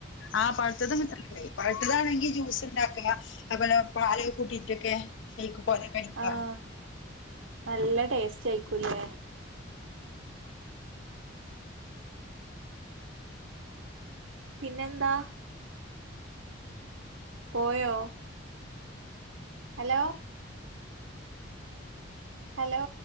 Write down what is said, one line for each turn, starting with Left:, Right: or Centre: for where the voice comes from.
Left: അഹ് പഴുത്തതും കിട്ടാലിന്ടെ പഴുത്തതാണെങ്കി ജ്യൂസ് ഉണ്ടാക്കുക അതുപോലെ പാൽ കൂട്ടിയിട്ടൊക്കെ ഷേക്ക് പോലെ കടിക്കാ
Right: ആഹ് നല്ല ടേസ്റ്റ് യിക്കൂലേ പിന്നെന്താ പോയോ ഹലോ ഹലോ